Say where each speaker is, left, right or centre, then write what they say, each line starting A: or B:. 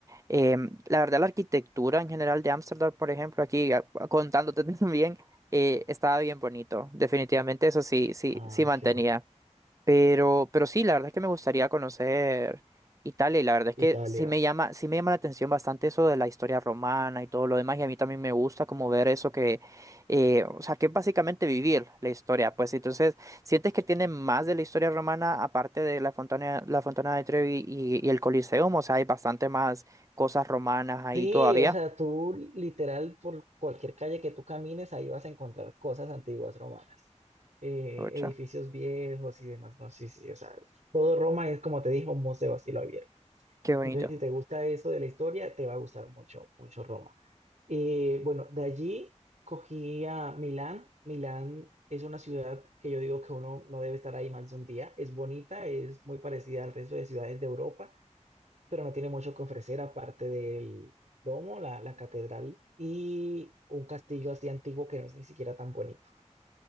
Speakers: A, on the right (about 25°); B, on the right (about 75°).
A: Em, la verdad, la arquitectura en general de Ámsterdam, por ejemplo, aquí a- contándote <laughs> también, eh, estaba bien bonito. Definitivamente eso sí, sí,
B: Ah,
A: sí mantenía.
B: qué bueno.
A: Pero, pero sí, la verdad es que me gustaría conocer Italia y la verdad es que
B: Italia.
A: sí me llama, sí me llama la atención bastante eso de la historia romana y todo lo demás y a mí también me gusta como ver eso que, eh, o sea, que es básicamente vivir la historia, pues entonces, ¿sientes que tiene más de la historia romana aparte de la Fontana, la Fontana de Trevi y, y el Coliseum? O sea, hay bastante más cosas romanas ahí
B: Sí,
A: todavía.
B: o sea, tú literal por cualquier calle que tú camines, ahí vas a encontrar cosas antiguas romanas, eh,
A: Pucha,
B: edificios viejos y demás. No, sí, sí, o sea, todo Roma es como te dijo, un museo a cielo abierto.
A: qué bonito.
B: Entonces, si te gusta eso de la historia, te va a gustar mucho, mucho Roma. Eh, bueno, de allí cogí a Milán. Milán es una ciudad que yo digo que uno no debe estar ahí más de un día. Es bonita, es muy parecida al resto de ciudades de Europa pero no tiene mucho que ofrecer aparte del domo, la, la catedral y un castillo así antiguo que no es ni siquiera tan bonito.